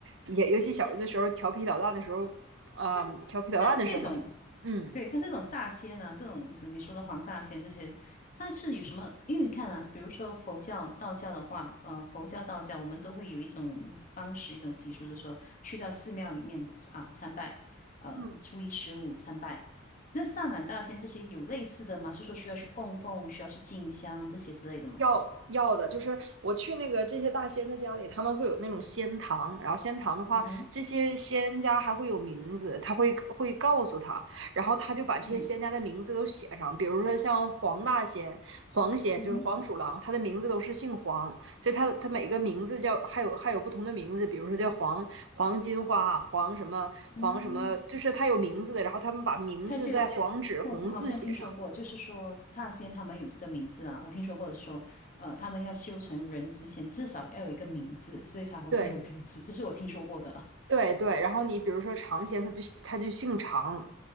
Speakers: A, on the right; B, on the left.
A: 也尤其小的时候调皮捣蛋的时候，啊、
B: 那
A: 呃调皮捣蛋的时候，
B: 那这种。
A: 嗯。
B: 对，它这种大仙啊，这种你说的黄大仙这些，它是有什么？因为你看啊，比如说佛教、道教的话，呃，佛教、道教，我们都会有一种方式、一种习俗，就是说去到寺庙里面啊参拜，呃，
A: 嗯，
B: 初一十五参拜。那萨满大仙这些有类似的吗？是说需要去供奉、需要去进香这些之类的吗？
A: 要要的，就是我去那个这些大仙的家里，他们会有那种仙堂，然后仙堂的话，
B: 嗯哼，
A: 这些仙家还会有名字，他会会告诉他，然后他就把这些仙家的名字都写上，
B: 嗯
A: 比如说像黄大仙、黄仙，
B: 嗯哼，
A: 就是黄鼠狼，他的名字都是姓黄，所以他他每个名字叫还有还有不同的名字，比如说叫黄黄金花、黄什么黄什么，
B: 嗯。
A: 就是他有名字的，然后他们把名字在黄纸红字写上，
B: 他就我我好像听说过，就是说大仙他们有这个名字啊，我听说过的是说，呃，他们要修成人之前至少要有一个名字，所以才会会有名字，
A: 对。
B: 这是我听说过的啊。
A: 对对，然后你比如说尝鲜，他就他就姓常，